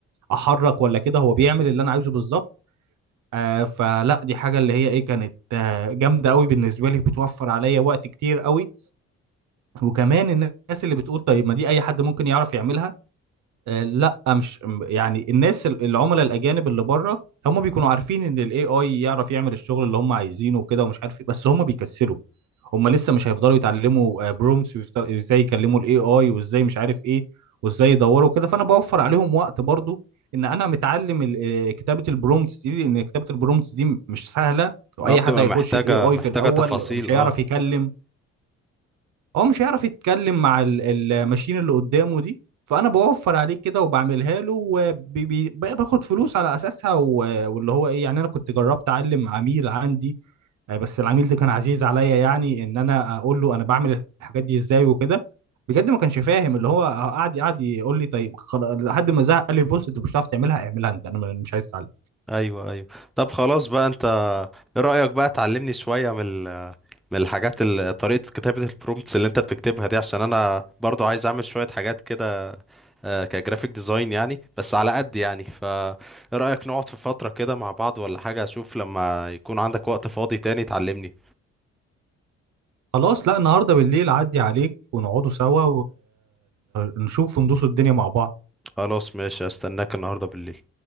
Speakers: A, on the right; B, in the centre.
A: احرك ولا كده هو بيعمل اللي انا عايزه بالظبط آه فلا دي حاجه اللي هي ايه كانت آه جامده قوي بالنسبه لي بتوفر عليا وقت كتير قوي وكمان الناس اللي بتقول طيب ما دي اي حد ممكن يعرف يعملها آه، لا مش م- يعني الناس ال- العملاء الاجانب اللي بره هم بيكونوا عارفين ان الاي اي يعرف يعمل الشغل اللي هم عايزينه وكده ومش عارف ايه بس هم بيكسلوا هم لسه مش هيفضلوا يتعلموا برومتس وازاي يكلموا الاي اي وازاي مش عارف ايه وازاي يدوروا كده فانا بوفر عليهم وقت برضو ان انا متعلم ال- آه، كتابة البرومتس دي لان كتابة البرومتس دي م- مش سهلة واي
B: اه بتبقى
A: حد هيخش
B: محتاجة
A: الاي اي
B: محتاجة
A: في الاول
B: تفاصيل
A: مش هيعرف
B: اه
A: يكلم هو مش هيعرف يتكلم مع ال- الماشين اللي قدامه دي فانا بوفر عليه كده وبعملها له وباخد فلوس على اساسها و- واللي هو ايه يعني انا كنت جربت اعلم عميل عندي آه، بس العميل ده كان عزيز عليا يعني ان انا اقول له انا بعمل الحاجات دي ازاي وكده بجد ما كانش فاهم اللي هو آه، قعد قعد يقول لي طيب خلاص لحد ما زهق قال لي بص انت مش هتعرف تعملها اعملها انت انا مش عايز اتعلم
B: ايوه ايوه طب خلاص بقى انت ايه رأيك بقى تعلمني شوية من ال- من الحاجات ال- طريقة كتابة البرومتس اللي انت بتكتبها دي عشان انا برضو عايز اعمل شوية حاجات كده آه، كجرافيك ديزاين يعني بس على قد يعني فايه رأيك نقعد في فترة كده مع بعض ولا حاجة اشوف لما يكون عندك وقت فاضي تاني تعلمني
A: خلاص لا النهارده بالليل عدي عليك ونقعدوا سوا ونشوف وندوس الدنيا مع بعض
B: خلاص ماشي استناك النهاردة بالليل